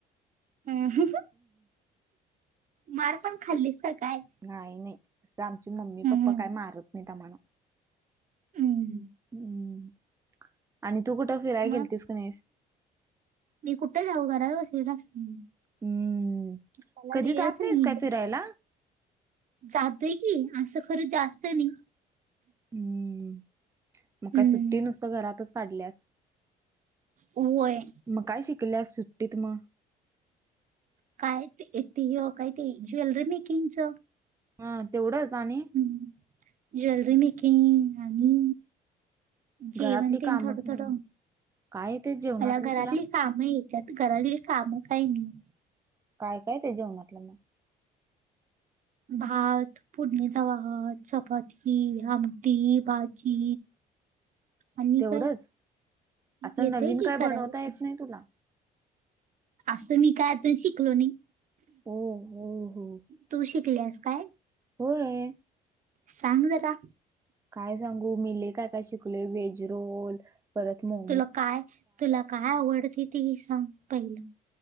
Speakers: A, on the right; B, on the right.
A: हम्म, मार पण खाल्लीस का काय?
B: नाही नाही, <unintelligible> आमची मम्मी
A: हम्म
B: पप्पा काय मारत नाहीत आम्हाला.
A: हम्म.
B: हम्म आणि तू कुठं फिराय गेलतीस
A: मग
B: का नाहीस?
A: मी कुठे जाऊ? घरात बसलेली असते मी
B: हम्म.
A: मला
B: कधी
A: <unintelligible>
B: जात
A: नाही.
B: नाहीस काय फिरायला
A: जातोय की असं खरं जास्त नाही.
B: हम्म मग
A: हम्म.
B: काय सुट्टी नुसतं घरातच काढल्यास?
A: होय.
B: मग काय शिकले सुट्टीत मग?
A: काय ते, ते काय ते ज्वेलरी मेकिंगच.
B: हा तेवढंचच आणि.
A: हम् ज्वेलरी मीकिंग आणि. जेवण
B: घरातली
A: ते
B: कामं
A: थोड,
B: हं,
A: थोड
B: काय ते जेवणातलं
A: मला घरातील
B: तुला
A: काम येतात घरातील कामं काही नाही.
B: काय, काय येते जेवणातलं मग?
A: भात, फोडणिचा भात, चपाती, आमटी, भाजी आणि
B: तेवढंच
A: काय
B: असं
A: येतेय
B: नवीन
A: कि
B: काय
A: करायला
B: बनवता
A: येत.
B: नाही तुला
A: असं मी काय अजून शिकलो नाही.
B: हो हो हो
A: तू शिकलेस काय?
B: होय.
A: सांग जरा?
B: काय सांगू मी लय काय, काय शिकलेय वेज रोल परत मो
A: तुला काय, तुला काय आवडते तीही सांग पहिलं?